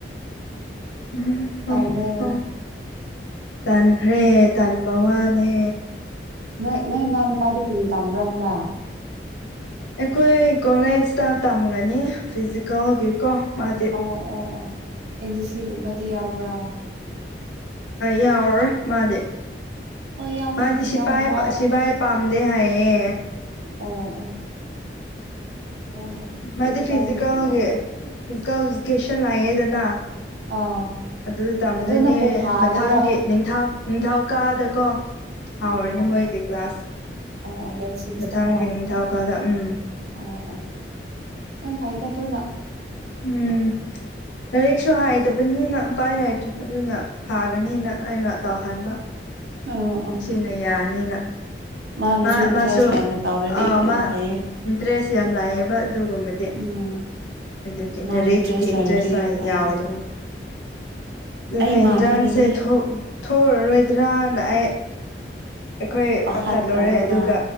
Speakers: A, on the left (about 80°); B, on the right (about 60°).
A: <unintelligible>
B: ꯇꯜꯂꯦ
A: ꯇꯟꯈ꯭ꯔꯦ ꯇꯟꯕ ꯋꯥꯅꯦ
B: ꯅꯣꯏ ꯅꯅꯥꯎꯅꯨꯄꯥꯗꯤ ꯀꯔꯤ ꯇꯝꯕ꯭ꯔ ꯍꯟꯗꯛ
A: ꯑꯩꯈꯣꯏ ꯀꯣꯂꯦꯖꯇ ꯇꯝꯒꯅꯤ ꯐꯤꯖꯤꯀꯦꯜꯒꯤꯀꯣ ꯃꯥꯗꯤ
B: ꯑꯣ ꯑꯣ ꯑꯣ ꯑꯦꯟ ꯁꯤ ꯁꯤ ꯒꯨꯝꯕꯗꯤ ꯌꯥꯎꯕ꯭ꯔꯥ
A: ꯌꯥꯎꯔꯔꯣꯏ ꯃꯥꯗꯤ
B: ꯍꯣꯏ ꯌꯥꯎꯒꯅꯨ
A: ꯃꯥꯗꯤ ꯁꯤꯄꯥꯏ
B: ꯌꯥꯝ ꯋꯥꯏ
A: ꯁꯤꯕꯥꯏ ꯄꯥꯝꯗꯦ ꯍꯥꯏꯌꯦ
B: ꯑꯣ ꯑꯣ <unintelligible> ꯐꯤꯖꯤꯀꯦꯜꯒꯤꯁꯨ
A: ꯃꯥꯗꯤ ꯐꯤꯖꯤꯀꯦꯜꯒꯤ
B: ꯌꯥꯏ
A: ꯐꯤꯖꯤꯀꯦꯜ ꯏꯖꯨꯀꯦꯁꯟ ꯂꯥꯛꯑꯦꯗꯅ
B: ꯑꯥ
A: ꯑꯗꯨ ꯇꯝꯗꯣꯏꯅꯦ
B: ꯑꯗꯨꯅꯕꯨ ꯐꯥꯔꯦꯗ
A: ꯃꯊꯪꯒꯤ ꯅꯤꯡꯊꯧ ꯅꯤꯡꯊꯧ ꯀꯥꯕꯗꯀꯣ ꯍꯧꯔꯅꯤ
B: ꯎꯝ ꯍꯧ
A: ꯃꯣꯏꯒꯤ ꯀ꯭ꯂꯥꯁ
B: ꯑꯣ ꯑꯣ ꯗꯦꯠ ꯁꯤꯛꯁꯇꯀꯣ
A: ꯃꯊꯪꯒꯤ ꯅꯤꯡꯊꯧꯀꯥꯕꯗ ꯎꯝ
B: ꯑꯣ ꯑꯣ ꯌꯥꯝ ꯐꯩꯗ ꯑꯗꯨꯅ
A: ꯎꯝ ꯂꯥꯏꯔꯤꯛꯁꯨ ꯍꯩꯇꯕꯅꯤꯅ ꯎꯄꯥꯏ ꯂꯩꯇ꯭ꯔꯦ ꯑꯗꯨꯅ ꯐꯥꯒꯅꯤꯅ ꯑꯩꯅ ꯇꯧꯍꯟꯕ
B: ꯑꯣ
A: ꯁꯤꯅ ꯌꯥꯅꯤꯅ
B: ꯃꯥꯅꯁꯨ
A: ꯃꯥ
B: ꯏꯟꯇꯔꯦꯁ
A: ꯃꯥꯁꯨ
B: ꯂꯩꯥꯅ ꯇꯧꯔꯗꯤ
A: ꯑꯥ
B: ꯌꯥꯝ
A: ꯃꯥ
B: ꯐꯩꯌꯦ
A: ꯏꯟꯇꯔꯦꯁ ꯌꯥꯝ ꯂꯥꯛꯑꯦꯕ ꯑꯗꯨꯒꯨꯝꯕꯗꯤ
B: ꯎꯝ
A: ꯑꯗꯨꯒꯤ
B: ꯃꯥꯅ
A: ꯂꯥꯏꯔꯤꯛꯀꯤꯗꯤ ꯏꯟꯇꯔꯦꯁ
B: ꯂꯩꯔꯗꯤ ꯌꯥꯝ
A: ꯈꯔ
B: ꯐꯩ
A: ꯌꯥꯎꯗꯕ <unintelligible>
B: ꯑꯩ ꯃꯥꯟꯕꯒꯤꯅꯦ
A: ꯏꯟꯇ꯭ꯔꯥꯟꯁꯦ ꯊꯣꯛ ꯊꯣꯛꯑꯔꯣꯏꯗ꯭ꯔꯅ ꯑꯩ ꯑꯩꯈꯣꯏ
B: ꯄꯥꯈꯠꯈ꯭ꯔꯕ꯭ꯔꯣ
A: ꯄꯥꯈꯠꯂꯨꯔꯦ ꯑꯗꯨꯒ
B: ꯅꯪ